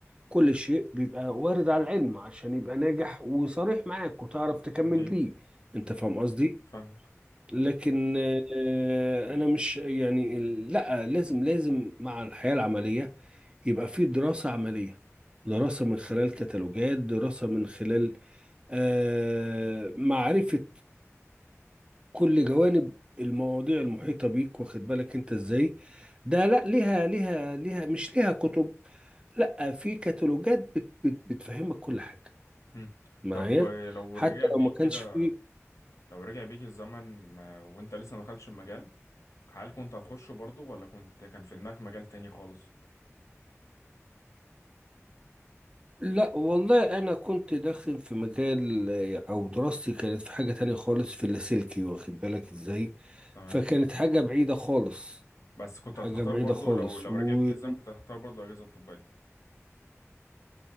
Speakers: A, on the right (about 20°); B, on the left (about 75°).
A: كل شيء بيبقى وارد على العلم عشان يبقى ناجح وصريح معاك وتعرف تكمل
B: اكيد
A: بيه انت فاهم قصدي
B: فاهمك
A: لكن آه، انا مش يعني ال- لا لازم لازم مع الحياة العملية يبقى في دراسة عملية دراسة من خلال كتالوجات دراسة من خلال آه، معرفة كل جوانب المواضيع المحيطة بيك واخد بالك انت ازاي ده لا ليها ليها ليها مش ليها كتب لا في كتالوجات بت بت بتفهمك كل حاجة
B: مم.
A: معايا
B: طب آه، لو
A: حتى
B: رجع بيك
A: لو ما كانش
B: كده
A: في
B: لو رجع بيك الزمن آه، وانت لسه ما دخلتش المجال هل كنت هتخشه برضو ولا كنت كان في دماغك مجال تاني خالص
A: لا والله انا كنت داخل في مجال آه، او دراستي كانت في حاجة تانية خالص في اللاسلكي واخد بالك ازاي
B: تمام
A: فكانت حاجة بعيدة خالص
B: بس كنت
A: حاجة
B: هتختار
A: بعيدة
B: برضو
A: خالص
B: لو لو
A: ومع
B: رجع بيك الزمن كنت هتختار برضو الأجهزة الطبية